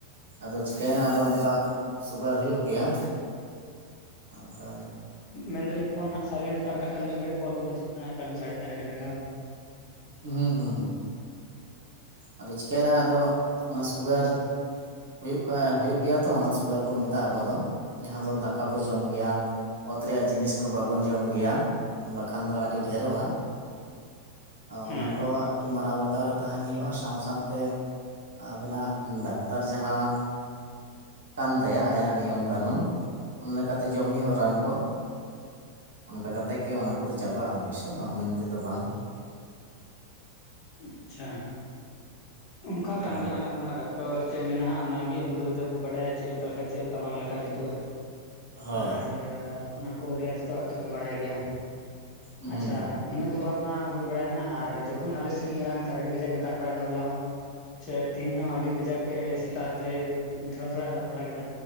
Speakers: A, on the right; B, on the left.
A: ᱟᱫᱚ ᱪᱤᱠᱟᱹᱭᱮᱱᱟ ᱟᱫᱚ ᱚᱱᱠᱟ ᱥᱩᱜᱟᱨ ᱦᱩᱭᱩᱜ ᱜᱮᱭᱟ ᱟᱵᱟᱨ
B: ᱢᱮᱱᱫᱟᱞᱤᱧ ᱯᱷᱳᱱ ᱦᱟᱸᱜ ᱥᱟᱭᱞᱮᱱ ᱦᱟᱛᱟᱲ ᱠᱟᱜ ᱵᱮᱱ ᱢᱤᱫ ᱜᱷᱟᱹᱲᱤ ᱠᱚᱞ ᱠᱚ ᱦᱤᱡᱩᱜ ᱠᱟᱱᱟ ᱮᱠᱟᱞ ᱜᱮ ᱥᱟᱰᱮᱜ ᱠᱟᱱᱟ ᱟᱹᱰᱤ ᱨᱟᱸᱜᱟᱣ
A: ᱦᱩᱸᱦᱮᱸ ᱟᱫᱚ ᱪᱤᱠᱟᱹᱭᱮᱱᱟ ᱟᱫᱚ ᱚᱱᱟ ᱥᱩᱜᱟᱨ ᱦᱩᱭᱩᱜ ᱠᱟ ᱦᱩᱭᱩᱜ ᱜᱮᱭᱟ ᱛᱚ ᱚᱱᱟ ᱫᱚ ᱥᱩᱜᱟᱨ ᱵᱚᱱ ᱢᱮᱛᱟᱜᱼᱟ ᱟᱵᱚ ᱫᱚ ᱡᱟᱦᱟᱸ ᱫᱚ ᱫᱟᱠᱟ ᱵᱚ ᱡᱚᱢ ᱜᱮᱭᱟ ᱚᱛ ᱨᱮᱭᱟᱜ ᱡᱤᱱᱤᱥ ᱠᱚ ᱵᱟᱵᱚᱱ ᱡᱚᱢ ᱜᱮᱭᱟ ᱵᱟᱠᱷᱟᱱ ᱫᱚ ᱟᱹᱰᱤ ᱰᱷᱮᱨᱚᱜᱼᱟ
B: ᱦᱮᱸ
A: ᱚᱱᱟ ᱠᱚ ᱮᱠᱴᱩ ᱢᱟᱱᱟᱣ ᱵᱟᱛᱟᱣ ᱨᱮ ᱛᱟᱦᱮᱱ ᱦᱩᱭᱩᱜᱼᱟ ᱥᱟ ᱥᱟᱶ ᱥᱟᱶᱛᱮ ᱟᱵᱮᱱᱟᱜ ᱫᱟᱠᱛᱟᱨ ᱡᱟᱦᱟᱸ ᱠᱟᱱ ᱛᱟᱭᱟ ᱟᱭᱟᱜ ᱱᱤᱭᱚᱢ ᱠᱟᱱᱩᱱ ᱚᱱᱟ ᱞᱮᱠᱟᱛᱮ ᱡᱚᱢ ᱦᱩᱭᱩᱜᱼᱟ ᱨᱟᱱ ᱠᱚ ᱚᱱᱠᱟ ᱠᱟᱛᱮᱫ ᱜᱮ ᱚᱱᱟ ᱠᱚᱫᱚ ᱪᱟᱵᱟᱜᱼᱟ ᱚᱵᱚᱥᱥᱳᱭ ᱵᱟᱝ ᱢᱮᱱᱛᱮᱫᱚ ᱵᱟᱝ
B: ᱟᱪᱪᱷᱟ ᱚᱱᱠᱟ ᱠᱟᱱ
A: ᱚ
B: ᱜᱮᱭᱟ ᱚᱱᱮ ᱠᱚ ᱢᱮᱱᱟ ᱰᱟᱠ ᱴᱚᱨ ᱨᱮ ᱪᱮᱫ ᱢᱮᱱᱟᱜᱼᱟ ᱦᱟᱜ ᱚᱱᱟᱜᱮ ᱩᱱᱠᱩ ᱫᱚ ᱮᱛᱮᱫ ᱠᱚ ᱵᱟᱰᱟᱭᱟ ᱪᱮᱫ ᱞᱮᱠᱟ ᱞᱮᱠᱷᱟᱡ ᱪᱮᱫ ᱞᱮᱠᱟ ᱵᱟᱝ ᱞᱮᱠᱷᱟᱡ ᱡᱩᱛᱩᱜᱼᱟ
A: ᱦᱳᱭ
B: ᱟᱨ ᱚᱱᱟ ᱠᱚ ᱨᱮᱭᱟᱜ ᱡᱚᱛᱚᱣᱟᱜ ᱛᱚ ᱠᱚ ᱵᱟᱲᱟᱭ ᱜᱮᱭᱟ
A: ᱦᱩᱸ
B: ᱟᱪᱷᱟ
A: ᱦᱩᱸ
B: ᱤᱱᱟᱹ ᱠᱚ ᱵᱟᱫ ᱢᱟ ᱦᱩᱭ ᱵᱟᱲᱟᱭᱮᱱᱟ ᱟᱨ ᱡᱚᱠᱷᱚᱱ ᱟᱞᱮ ᱥᱮᱫ ᱧᱮᱞᱟᱢᱛᱟᱨ ᱟᱹᱰᱤ ᱠᱟᱡᱟᱠ ᱮ ᱫᱟᱜ ᱵᱟᱲᱟᱭᱮᱫᱟ ᱦᱚᱞᱟ ᱦᱚᱸ ᱥᱮ ᱛᱤᱦᱮᱧ ᱦᱚᱸ ᱟᱹᱰᱤ ᱠᱟᱡᱟᱠ ᱮ ᱥᱮᱛᱟᱜ ᱟᱫᱚᱭ ᱛᱷᱚᱲᱟᱼᱛᱷᱚᱲᱟᱭ ᱫᱟᱜ ᱵᱟᱲᱟ ᱠᱮᱫᱟ